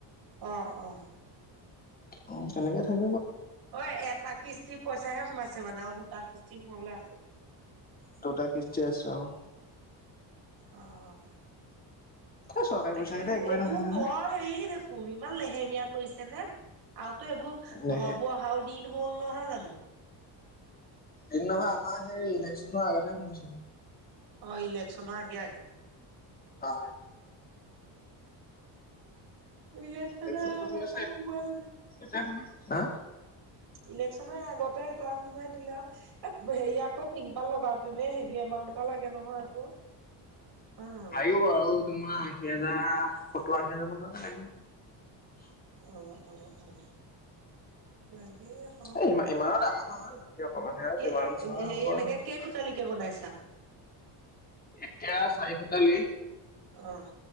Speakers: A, on the right; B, on the left.
A: অহ, অহ।
B: অ, তেনেকে থাকিম
A: অই এটা কিস্তি পইচাহে সোমাইছে মানে আৰু দুটা কিস্তি সোমাবলৈ আছে।
B: দুটা কিষ্টি আছে অ।
A: অ'।
B: এ চৰকাৰী
A: তাকেহে
B: পইচা কেইটা একোৱেই
A: এইবোৰ
B: নহয় নহয়
A: বৰ হেৰি দেখোন ইমান লেহেমীয়া কৰিছে নে? আৰু এইবোৰ
B: নেহে
A: ঘৰবোৰ অহাও দিন হ'ল নহয় জানো?
B: দিন নহয় আমাৰ সেই ইলেকশচনৰ আগতে শুনিছো।
A: অ, ইলেকশন আগে-আগে।
B: অ।
A: ইলেকশ্যনৰ
B: এতিয়া
A: আগত এটা সোমাল
B: সময় হা
A: ইলেকশ্যনে আগতে এটা সোমাই দিলে আৰু এ হেৰি আকৌ টিংপাল লগাওতেনে হেবি আমাৰ লাগে নহয় আকৌ। হয় নহয় বাও?
B: লাগিব আৰু তোমাৰ আশী হাজাৰ, সত্তৰ আশী হেজাৰ মান টকা লাগিব।
A: অ, অ, অ লাগ গি হ
B: এ ইমান ইমানো ডাঙৰ নহয় মাটি অকমানহে আৰু
A: কে
B: যিমান হয়
A: হেৰি
B: হ'ব
A: এনেকে
B: আৰু।
A: কে খুটালি কে বনাইছা?
B: এতিয়া চাৰি কোঠালি।
A: অ।